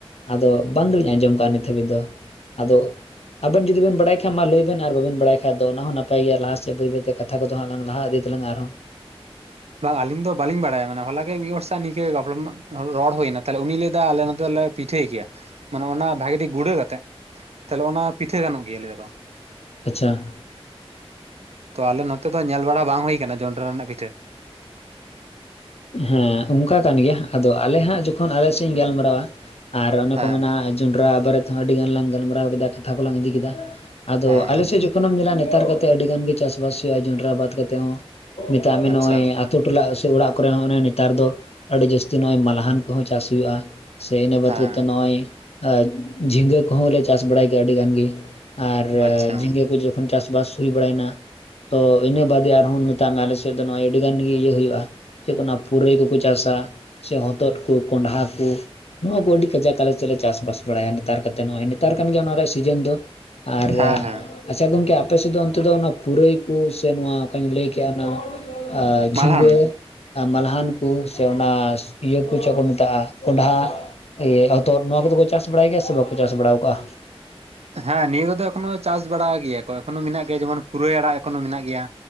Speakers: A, on the left; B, on the right.
A: ᱟᱫᱚ ᱵᱟᱝ ᱞᱤᱧ ᱟᱸᱡᱚᱢ ᱠᱟᱜᱼᱟ ᱱᱤᱛ ᱦᱟᱹᱵᱤᱡ ᱫᱚ ᱾ ᱟᱫᱚ ᱟᱵᱮᱱ ᱡᱩᱫᱤ ᱵᱮᱱ ᱵᱟᱲᱟᱭ ᱠᱷᱟᱡ ᱢᱟ ᱞᱟᱹᱭ ᱵᱮᱱ, ᱟᱨ ᱵᱟᱵᱮᱱ ᱵᱟᱲᱟᱭ ᱠᱷᱟᱡ ᱫᱚ ᱚᱱᱟ ᱦᱚᱸ ᱱᱟᱯᱟᱭ ᱜᱮᱭᱟ ᱞᱟᱥᱮᱫ ᱪᱮᱫ ᱵᱟᱹᱭ ᱵᱟᱹᱭᱛᱮ ᱠᱟᱛᱷᱟ ᱠᱚ ᱫᱚ ᱦᱟᱸᱜ ᱞᱟᱝ ᱞᱟᱦᱟ ᱤᱫ ᱛᱟᱞᱟᱝ ᱟᱨᱦᱚᱸ ᱾
B: ᱵᱟᱝ ᱟᱞᱤᱧ ᱫᱚ ᱵᱟᱞᱤᱧ ᱵᱟᱲᱟᱭᱟ ᱢᱮ ᱦᱚᱞᱟ ᱜᱮ ᱢᱤᱫ ᱦᱚᱲ ᱥᱟᱶ ᱱᱤᱠᱟᱹ ᱜᱟᱯᱞᱟ ᱨᱚᱲ ᱦᱩᱭᱱᱟ, ᱛᱟᱦᱚᱞᱮ ᱩᱱᱤ ᱞᱟᱹᱭ ᱮᱟ ᱟᱞᱮ ᱱᱚᱛᱮ ᱫᱚᱞᱮ ᱯᱤᱴᱷᱟᱹᱭ ᱜᱮᱭᱟ ᱢᱟᱱᱮ ᱚᱱᱟ ᱵᱷᱟᱜᱤ ᱴᱷᱤᱠ ᱜᱩᱲᱟᱹ ᱠᱟᱛᱮᱜ, ᱛᱟᱦᱚᱞᱮ ᱚᱱᱟ ᱯᱤᱴᱷᱟᱹ ᱜᱟᱱᱚᱜ ᱜᱮᱭᱟ ᱞᱟᱹᱭᱮᱫᱟᱠᱚ ᱾
A: ᱟᱪᱪᱷᱟ ᱾
B: ᱛᱚ ᱟᱞᱮ ᱱᱚᱛᱮ ᱫᱚ ᱧᱮᱞ ᱵᱟᱲᱟ ᱵᱟᱝ ᱦᱩᱭ ᱟᱠᱟᱱᱟ ᱡᱚᱸᱰᱨᱟ ᱨᱮᱱᱟᱜ ᱵᱷᱤᱴᱷᱟᱹ ᱾ <inaudible>
A: ᱦᱮᱸ ᱚᱱᱠᱟ ᱠᱟᱱ ᱜᱮᱭᱟ ᱟᱫᱚ ᱟᱞᱮ ᱦᱟᱸᱜ ᱡᱚᱠᱷᱚᱱ ᱟᱞᱮ ᱥᱮᱫ ᱤᱧ ᱜᱟᱞᱢᱟᱨᱟᱣᱟ, ᱟᱨ ᱚᱱᱮ
B: ᱦᱮᱸ
A: ᱠᱚ ᱢᱮᱱᱟ ᱡᱚᱸᱰᱨᱟ ᱵᱟᱨᱮ ᱛᱮᱦᱚᱸ ᱟᱹᱰᱤᱜᱟᱱ ᱞᱟᱝ ᱜᱟᱞᱢᱟᱨᱟᱣ ᱠᱮᱫᱟ ᱠᱟᱛᱷᱟ ᱠᱚᱞᱟᱝ ᱤᱫᱤ ᱠᱮᱫᱟ, ᱟᱫᱚ
B: ᱦᱮᱸ
A: ᱟᱞᱮᱥᱮᱫ ᱡᱚᱠᱷᱚᱱᱮᱢ ᱧᱮᱞᱟ ᱱᱮᱛᱟᱨ ᱠᱟᱛᱮ ᱟᱹᱰᱤ ᱜᱟᱱ ᱜᱮ ᱪᱟᱥᱵᱟᱥ ᱦᱩᱭᱩᱜᱼᱟ ᱡᱚᱱᱰᱨᱟ ᱵᱟᱫ ᱠᱟᱛᱮᱮᱫ ᱦᱚᱸ ᱾ ᱢᱮᱛᱟᱜ ᱢᱮ ᱱᱚᱜ
B: ᱟᱪᱪᱷᱟ
A: ᱚᱭ ᱟᱛᱩ ᱴᱚᱞᱟ ᱥᱮ ᱚᱲᱟᱜ ᱠᱚᱨᱮ ᱦᱚᱸ ᱱᱮᱛᱟᱨ ᱫᱚ ᱟᱹᱰᱤ ᱡᱟᱹᱥᱛᱤ ᱱᱚᱜᱼᱚᱭ ᱢᱟᱞᱦᱟᱱ ᱠᱚᱦᱚᱸ ᱪᱟᱥ ᱦᱩᱭᱩᱜᱼᱟ ᱾ ᱥᱮ ᱤᱱᱟᱹ ᱵᱟᱫ
B: ᱦᱮᱸ
A: ᱠᱟᱛᱮᱫ ᱱᱚᱜᱼᱚᱭ ᱡᱷᱤᱸᱜᱟᱹ ᱠᱚᱦᱚᱸ ᱞᱮ ᱪᱟᱥ ᱵᱟᱲᱟᱭ ᱜᱮᱭᱟ ᱟᱹᱰᱤ ᱜᱟᱱ ᱜᱮ ᱾ ᱟᱨ
B: ᱟᱪᱪᱷᱟ
A: ᱡᱷᱤᱸᱜᱟᱹ ᱠᱚ ᱡᱚᱠᱷᱚᱱ ᱪᱟᱥᱵᱟᱥ ᱦᱩᱭ ᱵᱟᱲᱟᱭᱮᱱᱟ, ᱛᱚ ᱤᱱᱟᱹ ᱵᱟᱫᱮ ᱟᱨᱚᱱ ᱢᱮᱛᱟᱜ ᱢᱮ ᱟᱞᱮᱥᱮᱫ ᱫᱚ ᱱᱚᱜᱼᱚᱭ ᱟᱹᱰᱤ ᱜᱟᱱ ᱜᱮ ᱤᱭᱟᱹ ᱦᱩᱭᱩᱜᱼᱟ ᱪᱮᱫ ᱚᱱᱟ ᱯᱩᱨᱟᱹᱭ ᱠᱚᱠᱚ ᱪᱟᱥᱟ, ᱥᱮ ᱦᱚᱛᱚᱫ ᱠᱚ ᱠᱚᱸᱰᱷᱟ ᱠᱚ ᱱᱚᱣᱟ ᱠᱚ ᱟᱹᱰᱤ ᱠᱟᱡᱟᱠᱞ ᱛᱮᱫ ᱞᱮ ᱪᱟᱥᱵᱟᱥ ᱵᱟᱲᱟᱭᱟ ᱱᱮᱛᱟᱨ ᱠᱟᱛᱮ ᱱᱚᱜᱼᱚᱭ ᱛᱟᱨ ᱠᱟᱱ ᱜᱮᱭᱟ ᱚᱱᱟ ᱨᱮᱭᱟᱜ ᱥᱤᱡᱮᱱ ᱫᱚ, ᱟᱨ
B: ᱦᱮᱸ ᱦᱮᱸ
A: ᱟᱪᱪᱷᱟ ᱜᱚᱝᱠᱮ ᱟᱯᱮᱥᱮᱫ ᱫᱚ ᱚᱱᱛᱮ ᱫᱚ ᱚᱱᱟ ᱯᱩᱨᱟᱹᱭ ᱠᱚ ᱥᱮ ᱱᱚᱣᱟ ᱚᱠᱟᱧ ᱞᱟᱹᱭ ᱠᱮᱫ ᱚᱱᱟ ᱡᱷᱤᱸᱜᱟᱹ
B: ᱢᱟᱞᱦᱟᱱ
A: ᱢᱟᱞᱦᱟᱱ ᱠᱚ ᱥᱮ ᱚᱱᱟ ᱤᱭᱟᱹ ᱼᱼ ᱚᱠᱩ ᱪᱚ ᱠᱚ ᱢᱮᱛᱟᱜᱼᱟ ᱠᱚᱸᱰᱷᱟ ᱤᱭᱟᱹ ᱦᱚᱛᱚᱫ ᱱᱚᱣᱟ ᱠᱚ ᱫᱚ ᱠᱚ ᱪᱟᱥ ᱵᱟᱲᱟᱭ ᱜᱮᱭᱟ ᱥᱮ ᱵᱟᱠᱚ ᱪᱟᱥ ᱵᱟᱲᱟ ᱟᱠᱟᱜᱼᱟ
B: ᱦᱮᱸ ᱱᱤᱭᱟᱹ ᱠᱚ ᱫᱚ ᱮᱠᱷᱚᱱᱚ ᱪᱟᱥ ᱵᱟᱲᱟ ᱜᱮᱭᱟ ᱠᱚ ᱮᱠᱷᱚᱱᱚ ᱢᱮᱱᱟᱜ ᱜᱮᱭᱟ ᱡᱮᱢᱚᱱ ᱯᱩᱨᱟᱹᱭ ᱟᱲᱟᱜ ᱮᱠᱷᱚᱱᱳ ᱢᱮᱱᱟᱜ ᱜᱮᱭᱟ᱾